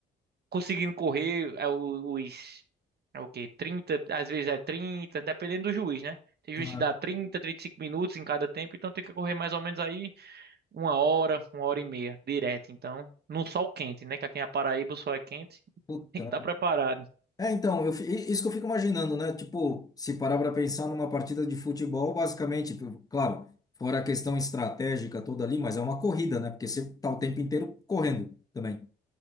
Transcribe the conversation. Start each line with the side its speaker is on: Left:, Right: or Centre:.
Right: conseguindo correr é o- os é o quê? trinta às vezes é 30 dependendo do juiz, né? Tem juiz
Left: Aham.
Right: que dá trinta trinta e cinco minutos em cada tempo, então tem que correr mais ou menos aí uma hora, uma hora e meia direto, então, num sol quente, né? Que aqui na Paraíba o sol é quente, <laughs>
Left: Puta.
Right: tem que
Left: merda.
Right: estar preparado.
Left: É, então, eu, fi- i- isso que eu fico imaginando, né? Tipo, se parar para pensar numa partida de futebol, basicamente, p- claro, fora a questão estratégica toda ali, mas é uma corrida, né? Porque você tá o tempo inteiro correndo também.